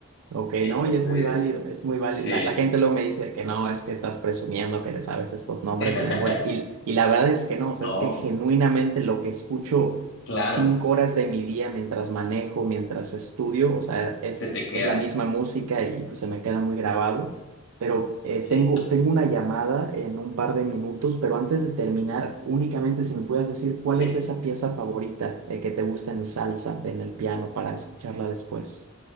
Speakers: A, on the right; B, on the left.
A: Ok,
B: Entonces,
A: no, y es muy válido, es muy válido.
B: sí.
A: La, la gente luego me dice que no, es que estás presumiendo que te sabes estos nombres
B: <laughs>
A: de memoria. Y, y la verdad es que no, o sea,
B: No,
A: es que genuinamente lo que escucho
B: claro,
A: cinco horas de mi día mientras manejo, mientras estudio, o sea, es,
B: se te queda.
A: es la misma música y pues se me queda muy grabado. Pero eh,
B: Sí,
A: tengo, tengo una llamada en un par de minutos, pero antes de terminar,
B: mm,
A: únicamente si me puedes decir cuál
B: sí.
A: es esa pieza favorita eh, que te gusta en salsa, en el piano, para escucharla después.